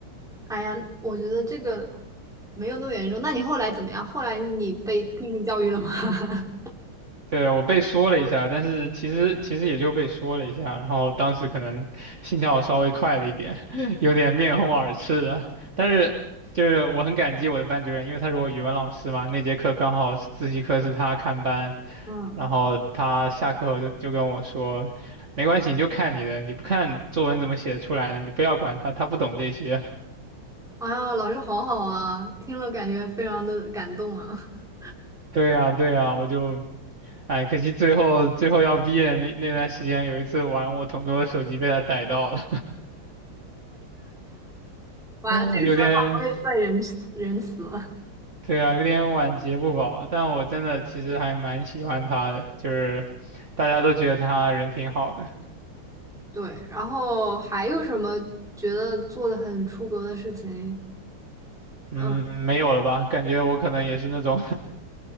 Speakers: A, in the centre; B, on the right.
A: 哎呀，我觉得这个没有那么严重。那你后来怎么样？后来你被批评教育了吗？<laughs>
B: 对，我被说了一下，但是其实其实也就被说了一下，然后当时可能心跳稍微快了一点，<laughs> 有点面红耳赤的。但是就是我很感激我的班主任，因为他是我语文老师嘛，那节课刚好是自习课是他看班，
A: 嗯，
B: 然后他下课后就就跟我说，没关系，你就看你的，你不看作文怎么写出来的，你不要管他，他不懂这些。<laughs>
A: 哎呀，老师好好啊，听了感觉非常的感动啊。<laughs>
B: 对呀，对呀，我就。哎，可惜最后最后要毕业那那段时间，有一次玩我同桌的手机被他逮到了。
A: 完了，
B: 啊，
A: 这个时候他不会再仁慈仁慈了。
B: 有点，对啊，有点晚节不保，但我真的其实还蛮喜欢他的，就是大家都觉得他人挺好的。
A: 对，然后还有什么觉得做的很出格的事情？
B: 嗯，
A: 嗯。
B: 没有了吧？感觉我可能也是那种